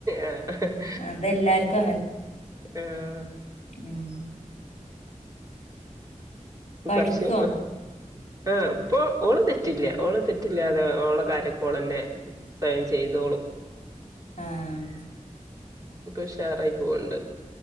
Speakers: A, on the right (about 25°); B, on the left (about 55°).
A: ആഹ് ഹ് ഹ്
B: അതെല്ലാർക്കും
A: ആഹ്
B: മ്മ്
A: <unintelligible>
B: പഠിക്കോ
A: ആഹ് പ്പൊ ഓളും തെറ്റില്ല ഓള് തെറ്റില്ലാതെ ഓളെ കാര്യൊക്കെ ഓളെന്നെ സ്വയം ചെയ്തോളും <unintelligible>
B: ആഹ്
A: പ്പൊ ഉഷാറായി പോവണ്ട്